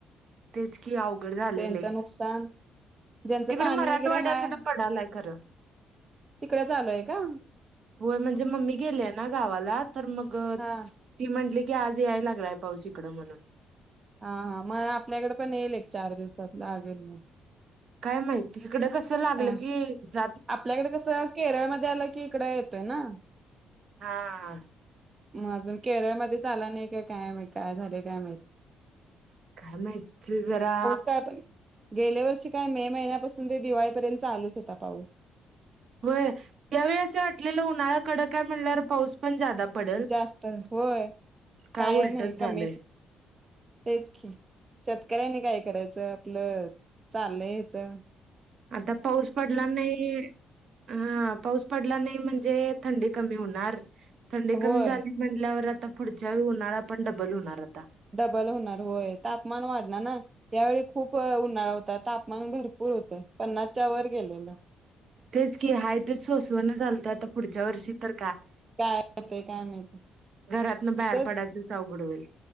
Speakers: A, on the right; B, on the right.
A: तेच की अवघड झालेलं
B: त्यांचं
A: आहे
B: नुकसान ज्यांचं
A: तिकडे
B: पाणी
A: मराठवाड्याकडे
B: वगैरे हाय
A: पडालाय खरं
B: तिकडे चालूय का
A: होय म्हणजे मम्मी गेलेय ना गावाला तर मग
B: हा
A: ती म्हटली आज याय लागलाय पाऊस इकड म्हणून
B: हा हा मग आपल्याकडे पण येईल एक चार दिवसात लागेल मग
A: काय माहिती इकडे कस लागलं
B: काय
A: की ज
B: आपल्याकडे कसं केरळमध्येध्ये आलं की इकड येतोय ना
A: हा
B: अजून केरळमध्येध्ये चाला नाही काय काय काय झालं काय मा
A: कायमच जरा
B: काय पण गेल्या वर्षी काय मे महिन्यापासून ते दिवाळीपर्यंत चालूच होता पाऊस
A: होय यावेळी असं वाटलेलं उन्हाळा कडं काय म्हणणार पाऊस पण जादा पडेल
B: जास्त होय
A: काय उलटच
B: नाही कमीच
A: झालंय
B: तेच शेतकऱ्यांनी काय करायचं आपलं चाललं यायचं
A: आता पाऊस पडला नाही हा पाऊस पडला नाही म्हणजे थंडी कमी होणार थंडी
B: होय
A: कमी झाली म्हल्यावर आता पुढच्याळणारा पण डबल होणार आता
B: डबल होणार होय तापमान वाढणार ना त्यावेळी खूप उन्हाळा होता तापमान भरपूर र होत पन्नासच्या वर गेलेलं
A: तेच की हाय तेच सवसवण चालतं आता पुढच्या वर्षी तर
B: काय हो ते काय माहिती
A: घरातन बाहेर
B: असच
A: पडायचंच अवघड होईल